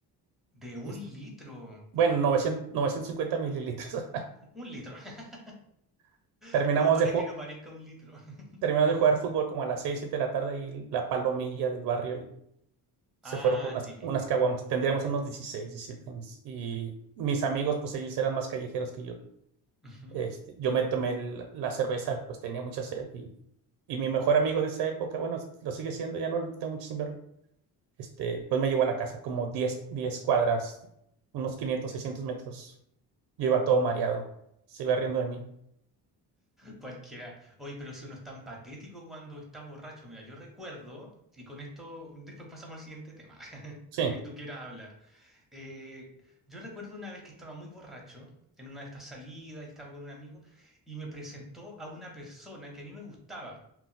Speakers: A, in the centre; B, on the right.
A: De un
B: Es-
A: litro.
B: bueno,
A: Wow,
B: novecientos novecientos cincuenta mililitros.
A: un litro. <laughs>
B: <laughs> Terminamos
A: Es como para
B: de, ju-
A: que no parezca un litro. <laughs>
B: terminaron de jugar fútbol como a las 6 7 de la tarde y la palomilla del barrio y se
A: Ah,
B: fueron por unas,
A: típico.
B: unas caguamas. Tendríamos unos 16 17 años. Y mis amigos, pues ellos eran más callejeros que yo.
A: Ujú.
B: Este, yo me tomé el- la cerveza, pues tenía mucha sed y, y mi mejor amigo de esa época, bueno, lo sigue siendo, ya no lo tengo mucho sin verlo. Este, pues me llevó a la casa como diez diez cuadras, unos quinientos seiscientos metros. Yo iba todo mareado, se iba riendo de mí.
A: Cualquiera. Oye, pero si uno es tan patético cuando está borracho, mira, yo recuerdo, y con esto después pasamos al siguiente tema, <laughs>
B: Sí,
A: que tú quieras hablar. Eh, yo recuerdo una vez que estaba muy borracho en una de estas salidas y estaba con un amigo y me presentó a una persona que a mí me gustaba.